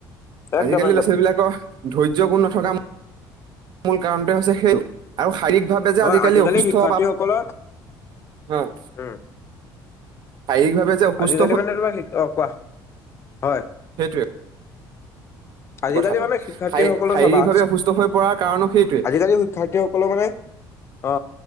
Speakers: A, on the right (about 60°); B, on the left (about 30°).
A: আজিকালি
B: একদম একদম।
A: ল'ৰা ছোৱালীবলাকৰ। ধৈৰ্য্য গুণ নথকা মূল কাৰণটোৱে হৈছে সেই আৰু শাৰীৰিক ভাবে যে
B: হয়
A: আজিকালি অসুস্থ
B: শিক্ষাৰ্থীসকলৰ
A: বা অ'।
B: উম
A: শাৰীকভাৱে যে অসুস্থ
B: আজিকালি মানে তোম অ', কোৱা হয়।
A: সেইটোৱে
B: আজিকালি
A: কথাটো।
B: মানে শিক্ষাৰ্থীসকলৰ
A: শাৰী- শাৰীৰিকভাৱে
B: চাবা
A: অসুস্থ হৈ পৰাৰ কাৰণো সেইটোৱে
B: আজিকালি শিক্ষাৰ্থীসকলৰ মানে অ'।